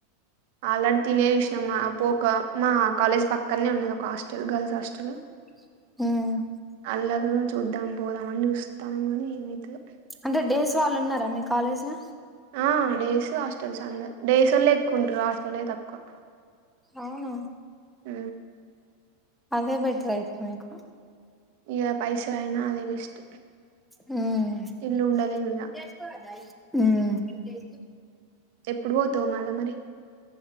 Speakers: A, on the right (about 60°); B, in the centre.
A: ఆల్రెడీ తినే చూసినాం మా పోక మా కాలేజ్ పక్కనే ఉన్నది ఒక హాస్టల్ గర్ల్స్ హాస్టల్
B: <inaudible>
A: అల్లాగ చూద్దాం పోదాం అని చూస్తాన్నాం గాని ఏమైతదో
B: అంటే డేస్ వాళ్ళు ఉన్నారా మీ కాలేజ్ ల
A: ఆ డేస్ హాస్టల్స్ అంద డేస్ వళ్లే ఎక్కువ ఉంటారు హాస్టల్ తక్కువ
B: అవునా
A: ఆ
B: అదే బెటర్ యితు మీకు
A: ఇగ పైసల్ అయినా అదే బెస్ట్
B: <inaudible>
A: ఇల్లు ఉండలేము ఇక
B: ఆ
A: ఎప్పుడు పోతావు మల్ల మరి